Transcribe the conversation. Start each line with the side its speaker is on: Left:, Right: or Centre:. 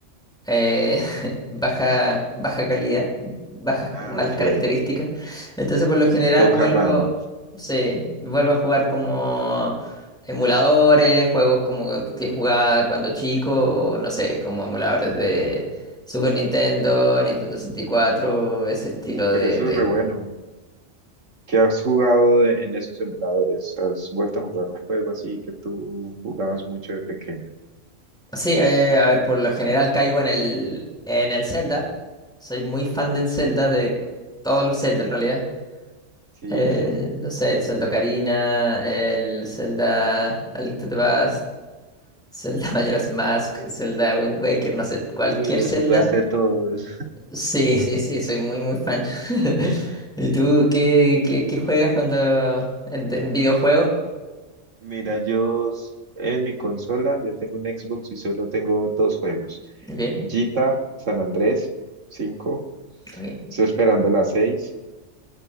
Centre: eh, <laughs> baja, baja calidad, bajas,
Right: Ah,
Centre: malas
Right: ok.
Centre: características. Entonces, por lo general,
Right: Poca
Centre: vuelvo,
Right: RAM.
Centre: sí, vuelvo a jugar como emuladores, juegos como que jugaba cuando chico, o no sé, como emuladores de Super Nintendo, Nintendo 64, ese estilo
Right: Uh,
Centre: de,
Right: pero eso
Centre: de
Right: es re
Centre: juegos.
Right: bueno. ¿Qué has jugado de- en esos emuladores? ¿Has vuelto a jugar un juego así que tú jugabas mucho de pequeño?
Centre: Sí, eh, a ver, por lo general caigo en el, en el Zelda. Soy muy fan del Zelda, de todos los Zelda en realidad.
Right: Sí.
Centre: Eh,
Right: <laughs>
Centre: no sé, el Zelda Ocarina, el Zelda A Link to the Past, Zelda <laughs> Majora's Mask, Zelda Wind Waker, no sé, cualquier
Right: Uy, los
Centre: Zelda.
Right: jugaste todos.
Centre: Sí, sí, sí, soy muy, muy fan. <laughs> ¿Y tú qué, qué, qué juegas cuando en, en videojuegos?
Right: Mira, yo s- en mi consola ya tengo un Xbox y solo tengo dos juegos.
Centre: Ok,
Right: Gita, San Andrés, 5.
Centre: ok.
Right: Estoy esperando la 6.